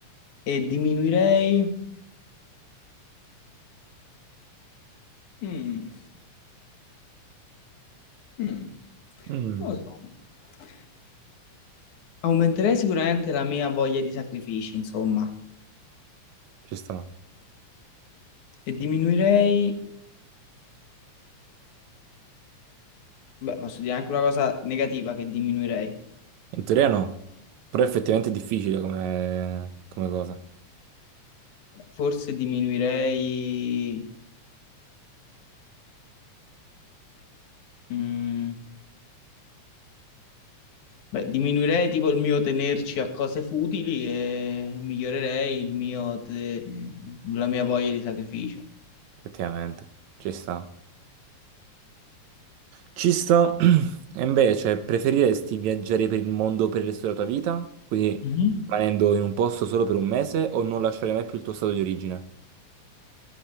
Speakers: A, on the left (about 75°); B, on the right (about 75°).
A: E diminuirei... Mm, mm,
B: Mm.
A: non lo so. Aumenterei sicuramente la mia voglia di sacrifici, insomma.
B: Ci sta.
A: E diminuirei... Beh, posso dire anche una cosa negativa che diminuirei.
B: In teoria no, però effettivamente è difficile come, come cosa.
A: Forse diminuirei... mm, Beh, diminuirei tipo il mio tenerci a cose futili e migliorerei il mio te- la mia voglia di sacrificio.
B: Effettivamente, ci sta. Ci sta. <clears throat> E invece, cioè, preferiresti viaggiare per il mondo per il resto della tua vita? Quindi
A: Mhm.
B: rimanendo in un posto solo per un mese o non lasciare mai più il tuo stato di origine?